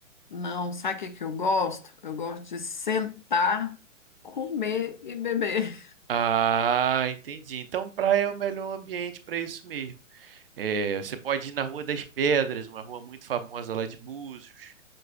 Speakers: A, on the left; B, on the right.
A: Não, sabe o que que eu gosto? Eu gosto de sentar, comer e beber.
B: Ah, entendi. Então, praia é o melhor ambiente para isso mesmo. É, você pode ir na Rua das Pedras, uma rua muito famosa lá de Búzios,